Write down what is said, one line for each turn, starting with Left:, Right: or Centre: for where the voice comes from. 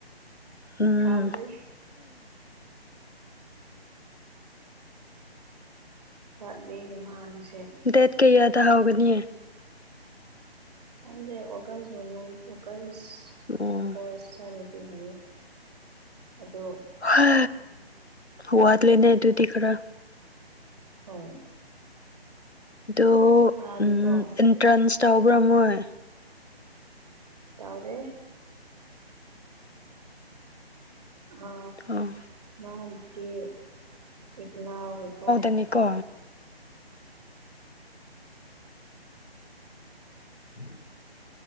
Left: ꯎꯝ
Right: ꯍꯥꯎꯗ꯭ꯔꯤ ꯋꯥꯠꯂꯤ ꯃꯥꯁꯦ
Left: ꯗꯦꯠ ꯀꯌꯥꯗ ꯍꯥꯎꯒꯅꯤꯌꯦ
Right: ꯑꯗꯦ ꯑꯣꯥꯏ ꯑꯣꯀꯁ
Left: ꯑꯣ
Right: ꯑꯣꯀꯥꯏꯁ ꯇꯔꯈ ꯍꯥꯏ ꯑꯗꯨ
Left: ꯍ ꯋꯥꯗ ꯂꯩꯅ ꯑꯗꯨꯗꯤ ꯈꯔ
Right: ꯍꯣꯏ
Left: ꯑꯣ
Right: ꯃꯥꯗꯤꯀꯣ
Left: ꯑꯦꯟꯇ꯭ꯔꯥꯟꯁ ꯇꯧꯕ꯭ꯔꯥ ꯃꯣꯏ
Right: ꯌꯥꯎꯗꯦ ꯑ
Left: ꯑꯣ
Right: ꯃꯥꯗꯤ ꯏꯅ ꯑꯣꯏꯕꯣ
Left: ꯑꯅꯤꯀꯣ ꯎꯝ